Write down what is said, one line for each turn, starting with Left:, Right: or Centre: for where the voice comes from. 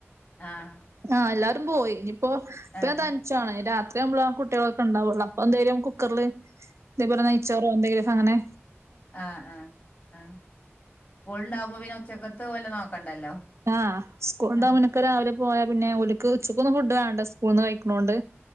Left: ആഹ്
Right: ആഹ് എല്ലാരും പോയി ഇഞ്ഞ്പ്പൊ ഇപ്പൊ
Left: ആഹ്
Right: ഞാൻ തന് ച്ചാണ് രാത്രിയാവുമ്പളാ കുട്ടികളൊക്കെണ്ടാവൊള്ളൂ അപ്പൊന്തേലും കുക്കറില് ഇതേ പോലെ നെയ്ച്ചോറോ, എന്തെങ്കിലൊക്കങ്ങനെ
Left: ആഹ ആ ആ് സ്കൂള്ണ്ടാവുമ്പോ പിന്നെ ഉച്ചക്കത്ത് ഓലെ നോക്കണ്ടല്ലോ
Right: ആഹ് സ്കൂളുണ്ടാവുമ്പോ
Left: ആഹ്
Right: പിന്നെ ഒക്കെ രാവിലെ പോയാ പിന്നെ ഓല്ക്ക് ഉച്ചക്കൊന്നും ഫുഡ് വേണ്ട സ്കൂൾന്ന് കഴിക്ക്ണോണ്ട്